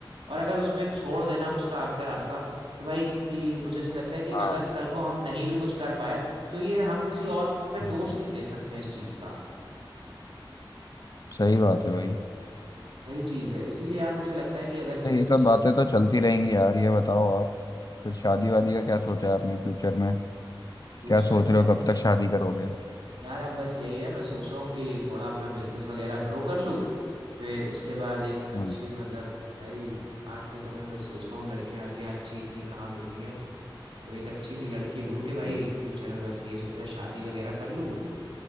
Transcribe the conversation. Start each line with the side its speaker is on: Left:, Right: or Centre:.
Right: और अगर उस पे छोड़ देना हम उसका आगे का रास्ता तो भाई कि मुझे ऐसा लगता है कि
Left: हाँ
Right: अगर कल को हम नहीं भी कुछ कर पाए तो ये हम किसी और पे दोष
Left: हम्म।
Right: नहीं दे सकते हैं इस चीज का
Left: सही बात है भाई
Right: वही चीज है इसीलिए यार मुझे लगता है कि अगर जैसे
Left: तो ये सब
Right: मुझे
Left: बातें तो चलती रहेंगी यार ये बताओ आप फिर शादी वादी का क्या सोचा है आपने फ्यूचर में
Right: फ्यूचर
Left: क्या सोच
Right: में
Left: रहे हो कब तक शादी करोगे
Right: यार अब बस यही है मैं सोच रहा हूँ कि थोड़ा अपना बिजनेस वगैरह ग्रो कर लूँ फिर उसके बाद एक अच्छी
Left: हाँ
Right: सी मतलब भाई आज के समय में बस सोचता हूँ लड़कियां लड़कियां अच्छी इतनी कहाँ मिलती हैं तो एक अच्छी सी लड़की ढूंढ के भाई
Left: हाँ।
Right: फ्यूचर में बस यही सोचा है, शादी वगैरह कर लूँ